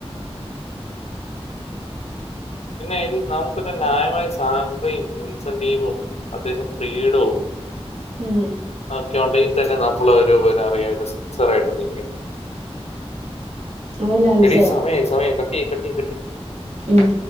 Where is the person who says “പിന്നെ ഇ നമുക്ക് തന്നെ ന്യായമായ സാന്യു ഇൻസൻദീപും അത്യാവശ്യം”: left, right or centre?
Left